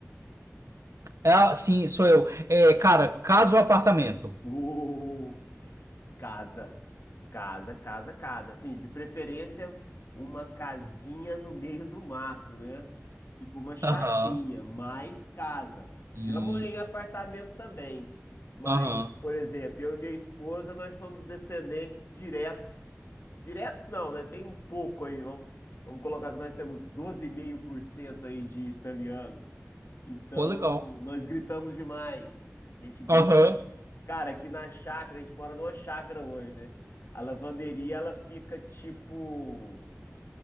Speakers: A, on the right; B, on the left.
A: Ah, sim, sou eu. É, cara, casa ou apartamento?
B: Uh, casa. Casa, casa, casa. Assim, de preferência, uma casinha no meio do mato, né? Tipo uma chacrinha,
A: Aham.
B: mais casa. Já
A: Hum,
B: morei em apartamento também. Mas,
A: Aham.
B: por exemplo, eu e minha esposa, nós somos descendentes diretos. Diretos não, né? Tem um pouco aí. Vamos, vamos colocar que nós temos doze vírgula cinco por cento aí de italiano. Então,
A: Pô, legal.
B: nós gritamos demais. A gente grita
A: Aham.
B: Cara, aqui na chácara, a gente mora numa chácara hoje, né? A lavanderia, ela fica tipo. <laughs>